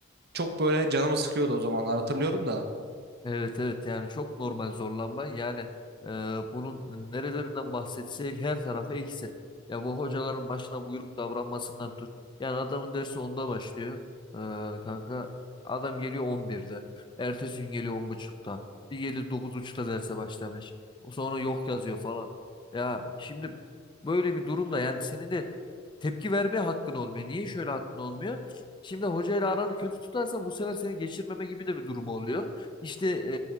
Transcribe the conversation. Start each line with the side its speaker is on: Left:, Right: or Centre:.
Right: çok böyle canımı sıkıyordu o zamanlar hatırlıyorum da.
Left: Evet evet yani çok normal zorlanma yani e, bunun nerelerinden bahsetsek her tarafa eksi. Ya bu hocaların başına buyruk davranmasından tut. Yani adamın dersi onda başlıyor e, kanka. Adam geliyor on birde Ertesi gün geliyor on buçukta Bir geliyor dokuz buçukta derse başlamış. O Sonra yok yazıyor falan. Ya şimdi böyle bir durumda yani senin de tepki vermeye hakkın olmuyor. Niye şöyle hakkın olmuyor? Şimdi hocayla aranı kötü tutarsan bu sefer seni geçirmeme gibi de bir durum oluyor. İşte e,